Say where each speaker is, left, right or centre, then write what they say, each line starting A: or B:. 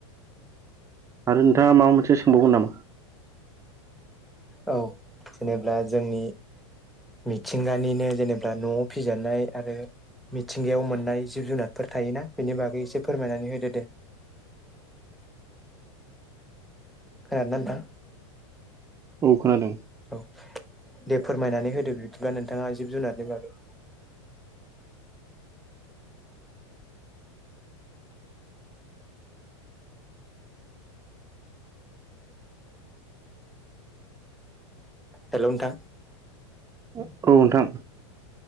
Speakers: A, on the right; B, in the centre.
A: आरो नोंथाङा माबा मोनसे सोंबावगोन नामा
B: औ जेनेबा जोंनि मिथिंगानिनो जेनेबा न'आव फिजानाय आरो मिथिंगायाव मोननाय जिब जुनारफोर थायोना बेनि बागै एसे फोरमायनानै होदो दे
A: <inaudible>
B: खोनादोंना नोंथां
A: औ खोनादों
B: औ दे फोरमायनानै होदो बिदिबा नोंथाङा जिब जुनारनि बागै हेलौ नोंथां
A: औ नोंथां